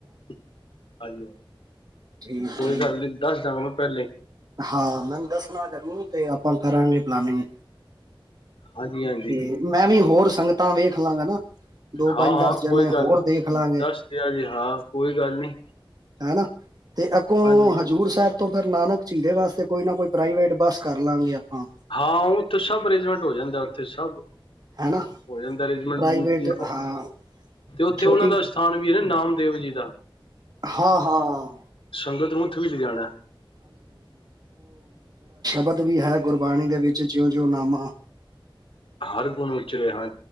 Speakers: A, on the left; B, on the right.
A: ਹਾਂਜੀ ਹਾਂਜ
B: ਠੀਕ
A: ਕੋਈ
B: ਠੀਕ
A: ਗੱਲ ਨਹੀਂ ਦੱਸ ਦਾ ਗਾ ਮੈਂ ਪਹਿਲੇ ਈ
B: ਹਾਂ, ਮੈਨੂੰ ਦੱਸਣਾ ਜ਼ਰੂਰ ਤੇ ਆਪਾਂ ਕਰਾਂਗੇ ਪਲਾਨਿੰਗ
A: ਹਾਂਜੀ ਹਾਂਜੀ
B: ਤੇ ਮੈਂ ਵੀ ਹੋਰ ਸੰਗਤਾਂ ਵੇਖ ਲਾਂਗਾ ਨਾ ਦੋ, ਪੰਜ,
A: ਹਾਂ ਹਾਂ
B: ਦਸ ਜਣੇ
A: ਕੋਈ ਗੱਲ
B: ਹੋਰ
A: ਨੀ
B: ਦੇਖ ਲਾਂਗੇ।
A: ਦੱਸ ਦਿਆ ਜੇ ਹਾਂ ਕੋਈ ਗੱਲ ਨੀ
B: ਹੈਨਾ। ਤੇ ਅੱਗੋ
A: ਹਾਂਜੀ
B: ਹਜ਼ੂਰ ਸਾਹਿਬ ਤੋਂ ਫਿਰ ਨਾਨਕ ਝੀਰੇ ਵਾਸਤੇ ਕੋਈ ਨਾ ਕੋਈ ਪ੍ਰਾਈਵੇਟ ਬੱਸ ਕਰ ਲਾਂਗੇ ਆਪਾਂ।
A: ਹਾਂ ਉੱਥੇ ਸਭ ਅਰੇਂਜਮੈਂਟ ਹੋ ਜਾਂਦਾ ਉੱਥੇ ਸਭ
B: ਹੈਨਾ,
A: ਹੋ ਜਾਂਦਾ ਅਰੇਂਜਮੈਂਟ
B: ਪ੍ਰਾਈਵੇਟ ਹਾਂ।
A: ਤੇ ਉੱਥੇ
B: ਛੋਟੀ
A: ਉਹਨਾ ਦਾ ਸਥਾਨ ਵੀ ਹੈ ਨਾ ਨਾਮ ਦੇਵ ਜੀ
B: ਹਾਂ ਹਾਂ
A: ਸੰਗਤ ਉੱਥ ਵੀ ਲੇ ਜਾਣਾ
B: ੳਥੇ ਵੀ ਹੈ ਗੁਰਬਾਣੀ ਦੇ ਵਿੱਚ ਜਿਉਂ ਜਿਉਂ ਨਾਮਾ
A: ਹਰ ਗੁਣ ਉਚਰੇ, ਹਾ